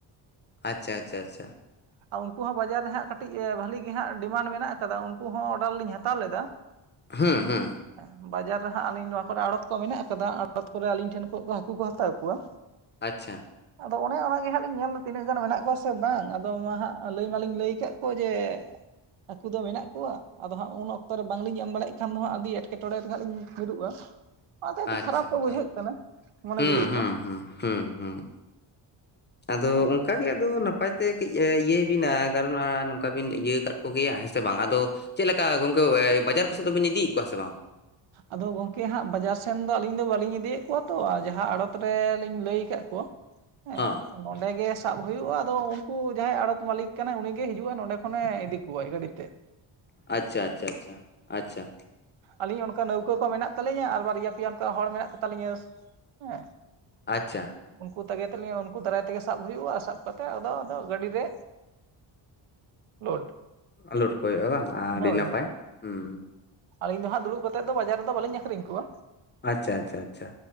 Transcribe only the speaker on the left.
ᱟᱪᱷᱟ ᱟᱪᱷᱟ ᱟᱪᱷᱟ᱾
ᱦᱩᱸ ᱦᱩᱸ᱾
ᱟᱪᱪᱷᱟ᱾
ᱟᱪᱪᱷᱟ
ᱮᱠᱟᱞ
ᱦᱩᱸ
ᱦᱩᱸ
ᱦᱩᱸ ᱦᱩᱸ ᱦᱩᱸ᱾ ᱟᱫᱚ
ᱚᱝᱠᱟ ᱜᱮ ᱟᱫᱚ ᱱᱟᱯᱟᱭᱛᱮ ᱠᱟᱹᱡ ᱤᱭᱟᱹᱭ ᱵᱤᱱ ᱟ ᱠᱟᱨᱚᱱ ᱟᱻ ᱱᱚᱝᱠᱟ ᱵᱤᱱ ᱤᱭᱟᱹ ᱠᱟᱫ ᱠᱚᱜᱮᱭᱟ ᱦᱮᱸ ᱥᱮ ᱵᱟᱝ? ᱟᱫᱚ ᱪᱮᱫ ᱞᱮᱠᱟ ᱜᱚᱝᱠᱮ ᱵᱟᱡᱟᱨ ᱠᱚᱥᱮᱫ ᱫᱚᱵᱤᱱ ᱤᱫᱤᱭᱮᱫ ᱠᱚᱣᱟ ᱥᱮ ᱵᱟᱝ?
ᱦᱟᱸ
ᱟᱪᱪᱷᱟ ᱟᱪᱪᱷᱟ ᱟᱪᱪᱷᱟ, ᱟᱪᱪᱷᱟ᱾
ᱟᱪᱪᱷᱟ᱾
ᱞᱳᱰ ᱠᱚ ᱦᱩᱭᱩᱜᱼᱟ᱾ ᱵᱟᱝ ᱟᱹᱰᱤ
ᱱᱟᱯᱟᱭ
ᱦᱩᱸ᱾
ᱟᱪᱪᱷᱟ ᱟᱪᱪᱷᱟ ᱟᱪᱪᱷᱟ᱾